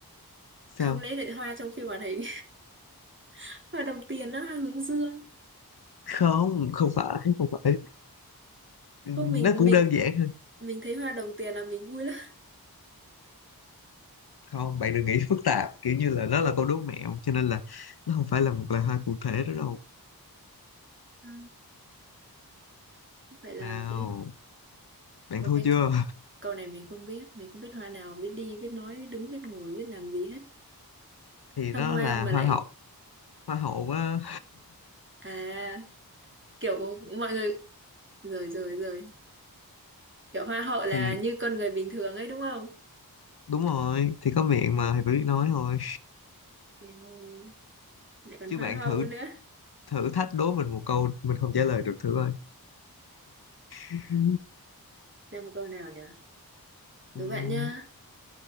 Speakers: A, on the left; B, on the right.
A: sao
B: không lẽ lại hoa trong phim hoạt hình <laughs> hoa đồng tiền đó hoa hướng dương
A: không không phải không phải Ừ,
B: không
A: nó
B: mình
A: cũng
B: mình
A: đơn giản hơn
B: mình thấy hoa đồng tiền là mình vui lắm
A: không bạn đừng nghĩ phức tạp kiểu như là nó là câu đố mẹo cho nên là nó không phải là một loài hoa cụ thể đó đâu
B: Ừ. vậy là
A: nào
B: cái
A: bạn
B: một
A: thua
B: cái
A: chưa
B: câu này mình không biết mình không biết hoa nào biết đi biết nói biết đứng biết ngồi biết làm gì hết
A: thì
B: sao
A: nó
B: hoa
A: là
B: mà
A: hoa
B: lại
A: hậu hoa hậu á
B: à kiểu mọi người rồi rồi rồi kiểu hoa hậu là
A: thì
B: như con người bình thường ấy đúng không
A: đúng rồi thì có miệng mà thì phải biết nói thôi
B: em ơi lại còn
A: chứ
B: hoa
A: bạn
B: hậu
A: thử
B: nữa
A: thử thách đố mình một câu mình không trả lời được thử coi Ừ.
B: Xem một câu nào nhỉ đố
A: ừ,
B: bạn nhá